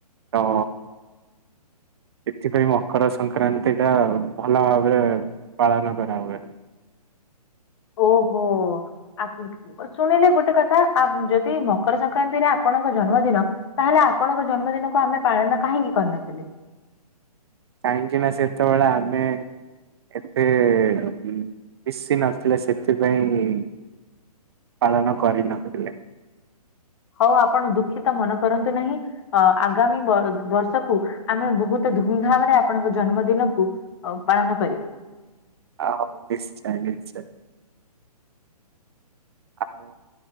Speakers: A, on the right; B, on the left.
A: ତ ସେଥିପାଇଁ ମକର ସଂକ୍ରାନ୍ତି ଟା ଭଲ ଭାବରେ ପାଳନ କରା ହୁଏ।
B: ଓହୋ। <unintelligible> ଶୁଣିଲି ଗୋଟେ କଥା ଆ ଯଦି ମକର ସଂକ୍ରାନ୍ତିରେ ଆପଣଙ୍କ ଜନ୍ମଦିନ ତାହେଲେ ଆ ଆପଣଙ୍କ ଜନ୍ମଦିନକୁ ଆମେ ପାଳନ କାହିଁକି କରିନଥିଲେ?
A: କାହିଁକି ନା ସେତେବେଳେ ଆମେ ଏତେ ମିଶି ନଥିଲା ସେତେ ପାଇଁ ପାଳନ କରିନଥିଲେ।
B: ଆଉ ଆପଣ ଦୁଃଖିତ ମନ କରନ୍ତୁ ନାହିଁ ଆଗାମୀ ବ ବର୍ଷକୁ ଆମେ ବହୁତ ଧମ ଧାମ ରେ ଆପଣଙ୍କ ଜନ୍ମଦିନକୁ ପାଳନ କରିବା।
A: ହଉ ନିଶ୍ଚୟ ନିଶ୍ଚୟ। ଆଉ